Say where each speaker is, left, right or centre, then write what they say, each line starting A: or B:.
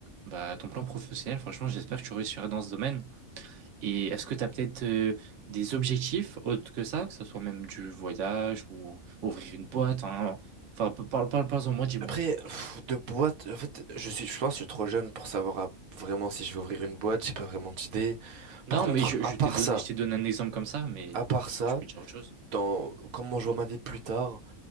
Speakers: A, on the right (about 65°); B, on the right (about 80°).
A: bah, ton plan professionnel. Franchement, j'espère que tu réussiras dans ce domaine. Et est-ce que tu as peut-être euh, des objectifs autres que ça, que ce soit même du voyage ou ouvrir une boîte, hein. Enfin, parle, parle, parle, en moi, dis-moi.
B: Après pff, de boîte, en fait, je suis je pense que je suis trop jeune pour savoir à- vraiment si je vais ouvrir une boîte, j'ai pas vraiment d'idée.
A: Non,
B: Par contre,
A: mais je,
B: à
A: je
B: part
A: t'ai donné,
B: ça,
A: je t'ai donné un exemple comme ça, mais
B: à part ça,
A: tu peux dire autre chose.
B: dans comment je vois ma vie plus tard,